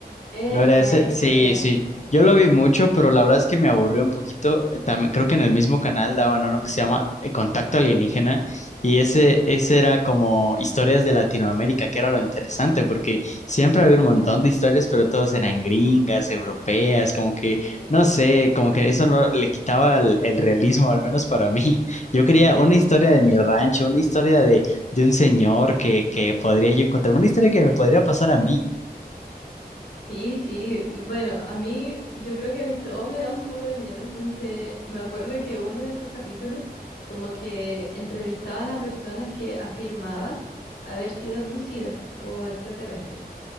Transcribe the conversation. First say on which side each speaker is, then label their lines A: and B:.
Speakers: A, on the left; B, on the left.
A: Esa,
B: ¿No era ese?
A: esa
B: Sí,
A: era.
B: sí. Yo lo vi mucho, pero la verdad es que me aburrió un poquito. Eh, También creo que en el mismo canal daban uno que se llama eh, Contacto Alienígena y ese, ese era como historias de Latinoamérica, que era lo interesante, porque siempre había un montón de historias, pero todas eran gringas, europeas, como
A: Sí,
B: que, no sé, como que eso no le quitaba el, el realismo, al menos para mí. <laughs> Yo quería una historia de mi rancho, una historia de, de un señor que, que podría yo encontrar, una historia que me podría pasar a mí.
A: sí, sí. y Bueno, a mí, yo creo que a mí todo me da un poco de miedo, entonces me acuerdo que uno de esos capítulos como que entrevistaban a personas que afirmaban haber sido abducidas por extraterrestres.